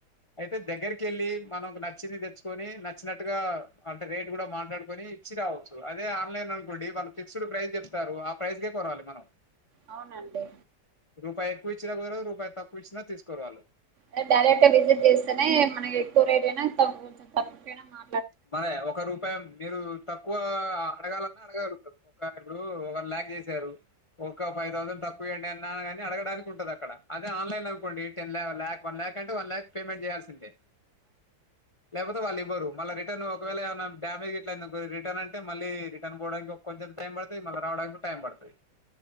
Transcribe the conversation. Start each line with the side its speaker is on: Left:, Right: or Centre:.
Left: అయితే దగ్గరికి వెళ్ళి మనకు నచ్చింది తెచ్చుకొని నచ్చినట్టుగా అంటే రేటు కూడా మాట్లాడుకొని ఇచ్చి రావచ్చు అదే ఆన్లైన్ అనుకోండి వాళ్ళు ఫిక్స్డ్ ప్రైస్ చెప్తారు ఆ ప్రైస్ కే కొనాలి మనం
Right: అవునండి
Left: రూపాయి ఎక్కువ ఇచ్చినా కుదరరు రూపాయి తక్కువ ఇచ్చినా తీసుకోర్ ఆళ్ళు
Right: దే డైరెక్ట్ గా విజిట్ చేస్తేనే మనకి ఎక్కువ రేట్ అయినా ఇంకా కొంచెం తక్కుకైనా మా
Left: మరి ఒక రూపాయి మీరు తప్ తక్కువ అడగాలన్నా అడగలుగుతారు ఒక ఇప్పుడు వన్ ల్యాక్ చేశారు ఒక ఫైవ్ థౌసండ్ తక్కువియండి అన్నాగాని అడగడానికి ఉంటది అక్కడ అదే ఆన్లైన్ అనుకోండి టెన్ లా లాక్ వన్ ల్యాక్ అంటే వన్ ల్యాక్ పేమెంట్ చేయాల్సిందే లెపోతే వాళ్లు ఇవ్వరు మళ్ళ రేప్ రిటన్ ఒకవేళ ఏమనా డామేజ్ గట్ల అయిందనుకో ఇది రిటన్ అంటే మళ్ళీ రిటర్న్ పోవడానికి కొంచెం టైం పడుతది మళ్ళీ రావడానికి కూడ టైం పడుతది